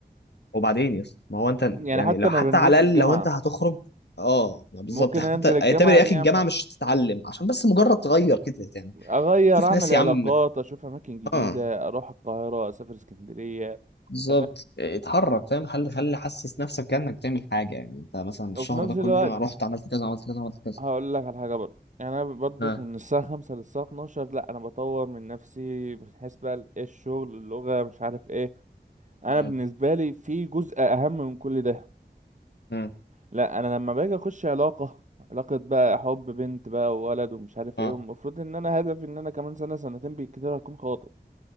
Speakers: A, on the left; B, on the right.
A: وبعدين يس ما هو انت
B: يعني
A: يعني
B: حتى
A: لو حتى
B: ما بنزلش
A: على الاقل
B: الجامعة
A: لو انت هتخرج اه ما بالظبط
B: ممكن
A: حتى
B: انزل الجامعة
A: اعتبر يا
B: دي
A: اخي
B: اعمل
A: الجامعه مش تتعلم عشان بس مجرد تغير كده يعني
B: اغير
A: شوف
B: اعمل
A: ناس يا
B: علاقات
A: عم
B: اشوف اماكن جديدة
A: اه
B: اروح القاهرة اسافر اسكندرية
A: بالظبط
B: انت فاهم
A: اتحرك فاهم خلي خلي حسس نفسك كانك بتعمل حاجه يعني انت مثلا الشهر
B: وفي نفس
A: ده كله
B: الوقت
A: أنا رحت عملت كذا عملت كذا عملت كذا
B: هقول لك على حاجة برضه يعني انا برضه
A: اه
B: من الساعة خمسة للساعة اتناشر لا انا بطور من نفسي من حيث بقى ال- ايه الشغل اللغة مش عارف ايه انا
A: اه
B: بالنسبة لي في جزء اهم من كل ده
A: اه
B: لا انا لما باجي اخش علاقة علاقة بقى حب بنت بقى وولد ومش عارف
A: اه
B: ايه والمفروض ان انا هدفي ان انا كمان سنة سنتين بالكتير هكون خاطب